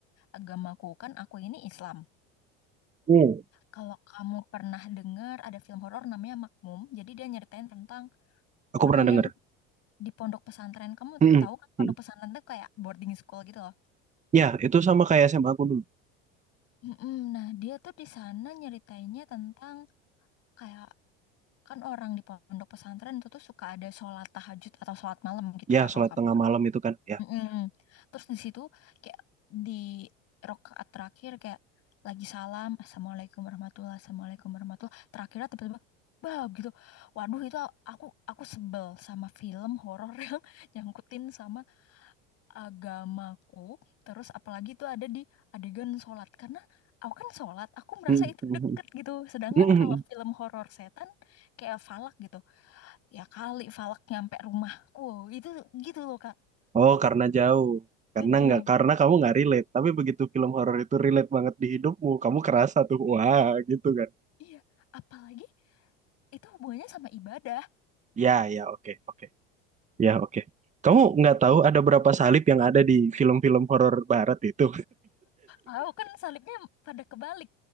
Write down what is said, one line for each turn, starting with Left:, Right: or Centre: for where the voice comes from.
Left: agamaku. Kan aku ini Islam.
Right: Hmm.
Left: Kalau kamu pernah dengar ada film horor namanya Makmum, jadi dia nyeritain tentang
Right: Aku
Left: orang
Right: pernah denger.
Left: yang di pondok pesantren kamu
Right: Mm-mm.
Left: tahu kan pondok
Right: Mm-mm.
Left: pesantren tuh kayak boarding school gitu loh
Right: Ya, itu sama kayak SMA aku dulu.
Left: Mm-mm. nah dia tuh di sana nyeritainnya tentang kayak kan orang di pondok pesantren itu tuh suka ada sholat tahajud atau sholat malam gitu
Right: Ya,
Left: kak
Right: sholat
Left: kalau kamu
Right: tengah malam itu kan. Ya.
Left: Mm-mm. terus di situ kayak di rokaat terakhir kayak lagi salam assalamualaikum warahmatullah assalamualaikum warahmatullah terakhirnya tiba-tiba bah gitu waduh itu aku aku sebel sama film horor <laughs> yang nyangkutin sama agamaku terus apalagi itu ada di adegan sholat karena aku kan sholat aku merasa
Right: Mm-mm.
Left: itu deket gitu sedangkan
Right: Mm-mm.
Left: kalau film horor setan kayak Falak gitu ya kali Falak nyampe rumahku itu gitu loh kak
Right: Oh, karena jauh. Karena
Left: Mm-mm.
Right: nggak, karena kamu nggak relate. Tapi begitu film horor itu relate banget di hidupmu, kamu kerasa tuh, wah, gitu kan.
Left: iya apalagi itu hubungannya sama ibadah
Right: Ya, ya, oke, oke. Ya, oke. Kamu nggak tahu ada berapa salib yang ada di film-film horor barat itu?
Left: aku kan salibnya pada kebalik